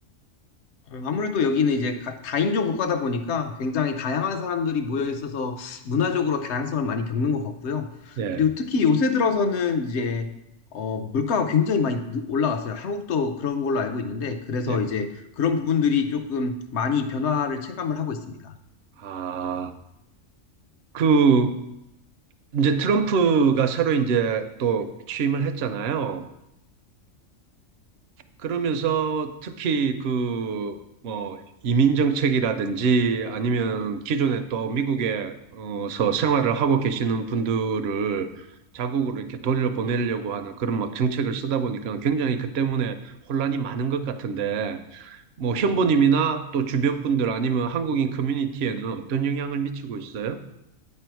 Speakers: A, on the left; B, on the right.
A: 어, 아무래도 여기는 이제 가- 다인종 국가다 보니까 굉장히 다양한 사람들이 모여 있어서 문화적으로 다양성을 많이 겪는 것 같고요.
B: 예,
A: 그리고 특히 요새 들어서는 이제, 어, 물가가 굉장히 많이 느- 올라갔어요. 한국도 그런 걸로 알고 있는데, 그래서
B: 예.
A: 이제 그런 부분들이 조금 많이 변화를 체감을 하고 있습니다.
B: 아, 그 이제 트럼프가 새로 이제 또 취임을 했잖아요. 그러면서 특히 그 뭐 이민 정책이라든지 아니면 기존에 또 미국에서 생활을 하고 계시는 분들을 자국으로 이렇게 돌려보내려고 하는 그런 막 정책을 쓰다 보니까 굉장히 그 때문에 혼란이 많은 것 같은데 뭐 현보님이나 또 주변 분들 아니면 한국인 커뮤니티에는 어떤 영향을 미치고 있어요?